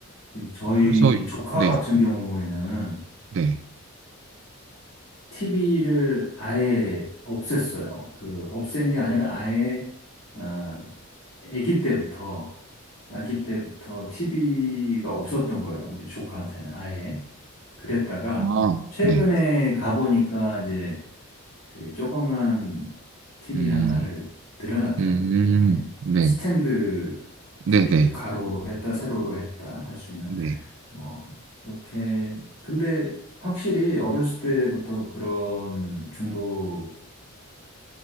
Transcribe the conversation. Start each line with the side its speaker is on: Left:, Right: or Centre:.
Left: 이 저희
Right: 그래서
Left: 조카
Right: 네.
Left: 같은 경우에는
Right: 네.
Left: TV를 아예 없앴어요. 그 없앤 게 아니라 아예 아, 아기 때부터 아기 때부터 TV가 없었던 거예요. 우리 조카한테는 아예 그랬다가
Right: 아,
Left: 최근에
Right: 네.
Left: 가보니까 이제 그 조그만 TV
Right: 음,
Left: 하나를 들여놨더라고요.
Right: 음,
Left: 이렇게
Right: 네.
Left: 스탠드
Right: 네네.
Left: TV 이렇게 가로로 했다, 세로로 했다 할 수 있는
Right: 네.
Left: 뭐 그렇게 근데 확실히 어렸을 때부터 그런 중독